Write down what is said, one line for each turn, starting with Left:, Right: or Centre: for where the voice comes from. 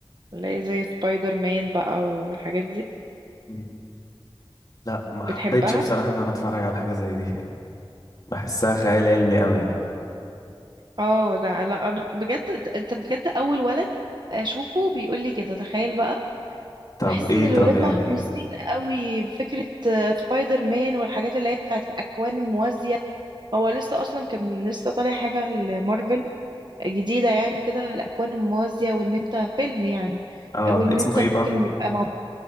Right: اللي هي زي سبايدر مان بقى والحاجات دي
Left: مم. لا ما
Right: بتحبها
Left: حبيتش بصراحه ان انا اتفرج على حاجه زي دي بحسها خيال علمي قوي يعني.
Right: اه ده لا انا بجد ده- انت بجد اول ولد اشوفه بيقول لي كده تخيل بقى
Left: طب
Right: بحس
Left: ايه
Right: ان الولاد
Left: طب يعني
Right: مهووسين قوي بفكرة آه، سبايدر مان والحاجات اللي هي بتاعت الاكوان الموازية هو لسه اصلا كان لسه طالع حاجه لمارفل جديده يعني وكده الاكوان الموازيه وان انت فيلم يعني
Left: اه
Right: وان
Left: ده
Right: انت
Left: اسمه ايه
Right: ممكن
Left: بقى
Right: يبقى موجود